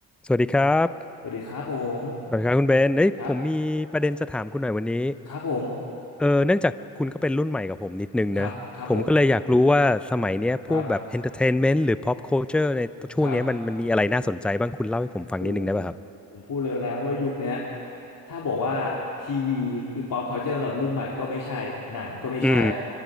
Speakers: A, in the centre; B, on the left.
A: สวัสดีครับ
B: สวัสดีครับผม
A: สวัสดีครับคุณเบนเอ้ยผมมีประเด็นจะถามคุณหน่อยวันนี้
B: ครับครับผม
A: เออเนื่องจากคุณก็เป็นรุ่นใหม่กับผมนิดนึงนะผมก็เลยอยากรู้ว่าสมัยเนี้ยพวกแบบ
B: ครับครับผมครับ
A: entertainment หรือ pop culture ในช่วงเนี้ยมันมันมีอะไรน่าสนใจบ้าง
B: ครับ
A: คุณเล่าให้ผมฟังนิดนึงได้ป่ะครับ
B: โหผมพูดเร็วนะว่ายุคเนี้ยถ้าบอกว่าทีวีคือ pop culture สำหรับรุ่นใหม่ก็ไม่ใช่หนังก็ไม่ใช่
A: อืม